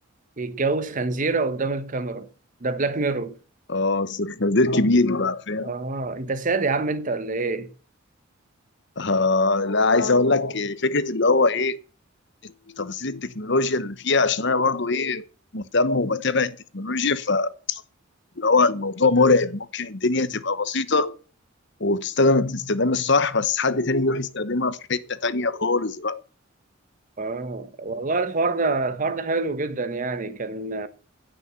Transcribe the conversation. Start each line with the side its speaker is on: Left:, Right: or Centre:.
Right: يتجوز خنزيرة قدام الكاميرا ده بلاك ميرور
Left: اه بس خنزير كبير بقى فاهم
Right: اه انت ساد يا عم انت ولا ايه
Left: آه لا عايز اقول لك فكره اللي هو ايه تفاصيل التكنولوجيا اللي فيها عشان انا برضو ايه مهتم وبتابع التكنولوجيا فاللي هو الموضوع مرعب ممكن الدنيا تبقى بسيطة وبتستخدم الاستخدام الصح بس حد تاني يروح يستخدمها في حتة تانية خالص بقى
Right: اه والله الحوار ده الحوار ده حلو جدا يعني كان